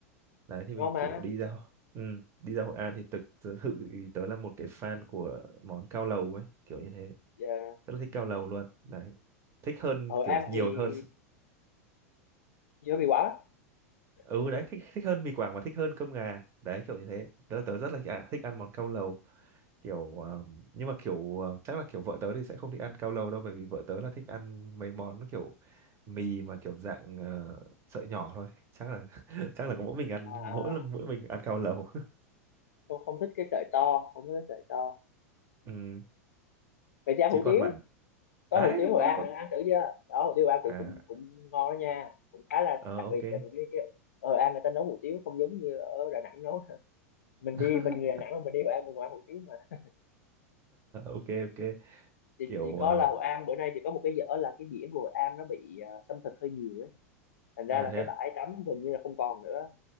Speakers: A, on the right; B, on the left.
A: đấy thì
B: ngon
A: mình
B: mà
A: kiểu đi ra ừ, đi ra Hội An thì thực thực sự thì tớ là một cái fan của món cao lầu ấy kiểu như thế
B: Dạ.
A: rất là thích cao lầu luôn đấy thích hơn
B: ở
A: kiểu
B: em
A: nhiều
B: thì
A: hơn
B: dưa bị quả
A: ừ
B: <laughs>
A: đấy thích thích hơn mì Quảng và thích hơn cơm gà đấy kiểu như thế tớ, tớ rất là à, thích ăn món cao lầu kiểu ờm, nhưng mà kiểu ờ, chắc là kiểu vợ tớ thì sẽ không thích ăn cao lầu đâu bởi vì vợ tớ là thích ăn mấy món nó kiểu mì mà kiểu dạng ờ, sợi nhỏ thôi chắc là <laughs> chắc là có mỗi mình ăn
B: à,
A: mỗi lần mỗi mình ăn cao lầu
B: không không thích cái sợi to không thích cái sợi to
A: <laughs> ừ.
B: vậy thì ăn
A: chứ
B: hủ
A: còn
B: tiếu
A: bản
B: có
A: đấy
B: hủ tiếu
A: đúng
B: Hội
A: rồi
B: An
A: có
B: nữa ăn thử chưa đó hủ tiếu Hội An cũng
A: à
B: cũng cũng ngon đó nha cũng khá là
A: ờ,
B: đặc
A: ok
B: biệt tại vì cái, cái ở Hội An người ta nấu hủ tiếu không giống như ở Đà Nẵng nấu <laughs> mình
A: <laughs>
B: đi mình người Đà Nẵng mà mình đi Hội An mình cũng ăn hủ tiếu mà
A: ok ok
B: chỉ,
A: kiểu
B: chỉ có
A: ờ,
B: là Hội An bữa nay chỉ có một cái dở là cái biển của Hội An nó bị ờ, xâm thực hơi nhiều ấy thành ra
A: à
B: là
A: thế
B: cái
A: à
B: bãi tắm gần như là không còn nữa